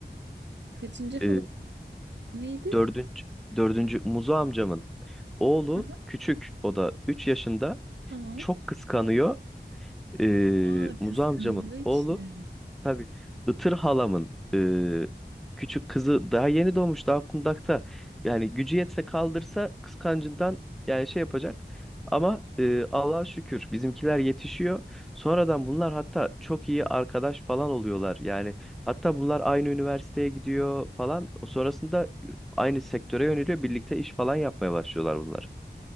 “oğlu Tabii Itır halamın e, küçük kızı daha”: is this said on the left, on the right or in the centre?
Centre